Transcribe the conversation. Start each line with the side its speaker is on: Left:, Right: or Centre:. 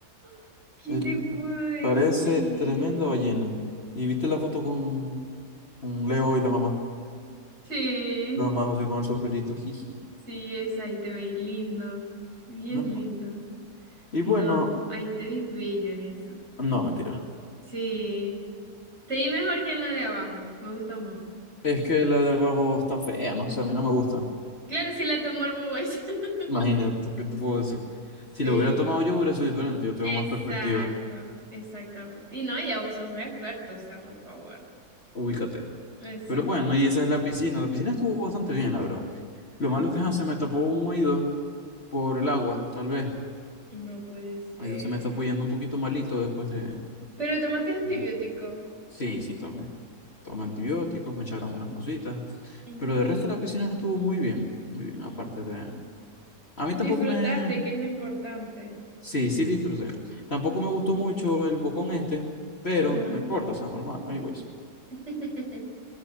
Right: <gasps> ¿Qué
Left: él
Right: te puedo decir?
Left: parece tremenda ballena. ¿Y viste la foto con, con Leo y la mamá?
Right: Sí,
Left: La mamá José con el sombrerito. <laughs> Jiji,
Right: sí, es ahí te veis lindo, bien
Left: normal.
Right: lindo.
Left: Y
Right: No,
Left: bueno,
Right: ahí te veis bello en eso.
Left: no, mentira.
Right: Sí, te vi mejor que en la de abajo, me gusta más.
Left: Es que la de abajo está fea, no sé, a mí no me gusta.
Right: Claro, sí la tomó el bobo ese. <laughs>
Left: Imagínate, ¿qué te puedo decir? Si
Right: Sí.
Left: lo hubiera tomado yo, hubiera sido diferente. Yo tengo
Right: Exacto,
Left: más perspectiva.
Right: exactamente. Y no, ya vos sos un experto, o sea, por favor.
Left: Ubícate.
Right: Exacto.
Left: Pero bueno, y esa es la piscina. La piscina estuvo bastante bien, la verdad. Lo malo
Right: Ujú.
Left: es que ajá, se me tapó un oído por el agua, tal vez.
Right: No puede ser.
Left: Oído se me está apoyando un poquito malito después de.
Right: Pero tomaste antibiótico.
Left: de- Sí, sí, tomé. Tomé antibióticos, me echaron
Right: <clears throat>
Left: unas cositas.
Right: Ujú,
Left: Pero de resto, la piscina estuvo muy bien. Muy bien, aparte
Right: ujú.
Left: de. A mí
Right: Disfrutaste,
Left: tampoco me.
Right: que es lo importante.
Left: Sí, sí disfruté. Tampoco me gustó mucho el bocón este, pero
Right: Ajá.
Left: no importa, o sea, normal. Anyways.
Right: <laughs>